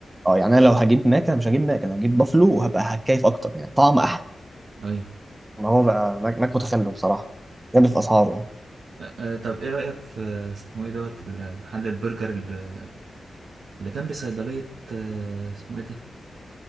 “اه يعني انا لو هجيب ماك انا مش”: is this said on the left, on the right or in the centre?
Right